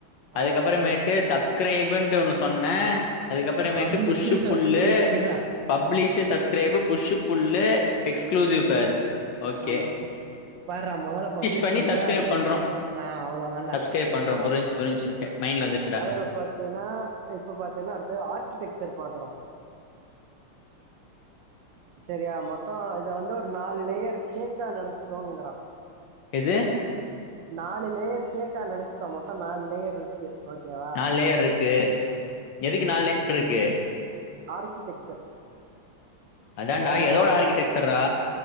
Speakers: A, on the right; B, on the left.
A: ஆ
B: அதுக்கப்பறமேட்டு சப்ஸ் கிரைபுட்டு ஒன்னு சொன்னே அதுக்கப்புறமேட்டு
A: பப்ளிஷு
B: புஷ்ஷு
A: சப்ஸ்கிரைப்
B: புல்லு
A: இர்றா
B: publish subscribe push pull exclusive பேரு ஓகே
A: ஆமா பார்ரா மொதல்ல பப்ளிஷ்
B: பண்ணி
A: பண்ற
B: சப்ஸ்கிரைப்
A: அதை வந்து
B: பண்றோ
A: பண்ற ஆ அவ்ளோ தான்டா
B: சப்ஸ்கிரைப் பண்றோ
A: சரியா
B: புரிஞ்சு புரிஞ்சு மைண்ட்ல வந்துருச்சுடா
A: அதுல பாத்தீன்னா இப்ப பாத்தீன்னா அடுத்து ஆர்க்கிடெக்சர் பாக்கறோ சரியா மொத்த இத வந்து ஒரு நாலு லேயர் கேக்கா நெனைச்சுக்கோங்கிறா
B: எது
A: நாலு லேயர் கேக்கா நெனச்சுக்கோ மொத்த நாலு லேயர் இருக்கு ஓகேவா
B: நால் லேயர்ருக்கு எதுக்கு நால் லே <inaudible> ருக்கு
A: ஆர்க்கிடெக்செர்
B: அதான்டா
A: அதாவ்து அத
B: எதோட
A: அமே
B: ஆர்கிடெக்சர்ரா